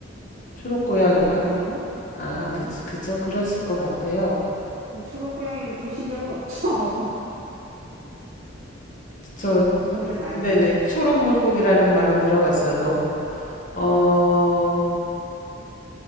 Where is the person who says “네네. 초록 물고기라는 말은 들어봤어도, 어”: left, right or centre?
Left